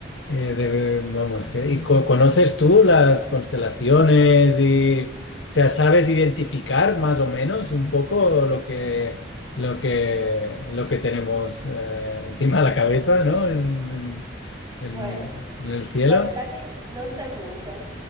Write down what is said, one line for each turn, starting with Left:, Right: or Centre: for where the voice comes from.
Left: eh, de- vamos, que, ¿y co- conoces tú las constelaciones y, o sea, sabes identificar más o menos un poco lo que, lo que, lo que tenemos eh, encima de la cabeza, ¿no? En, en-
Right: Bueno,
Left: en- en el cielo.
Right: La verdad que no sé mucho,